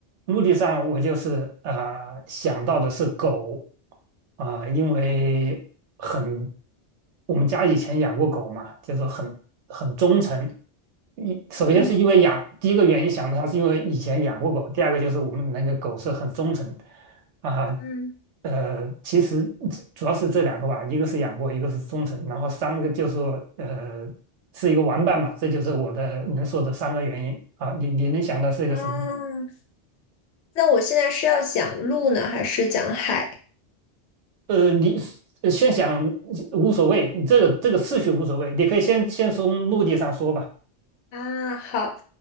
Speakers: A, on the right; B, on the left.
A: 陆地上我就是呃想到的是狗啊、因为很，我们家以前养过狗嘛，就是很很忠诚。一首先是因为养，
B: 嗯
A: 第一个原因想到它是因为以前养过狗，第二个就是我们那个狗是很忠诚啊。
B: 嗯，
A: 呃，其实主要是这两个吧，一个是养过，一个是忠诚，然后三个就是说呃。是一个玩伴嘛，这就是我的能说的三个原因啊。你你能想到是一个什么？
B: 啊，那我现在是要讲陆呢，还是讲海？
A: 呃，你呃先想无所谓，你这个这个次序无所谓，你可以先先从目的上说吧。
B: 啊，好。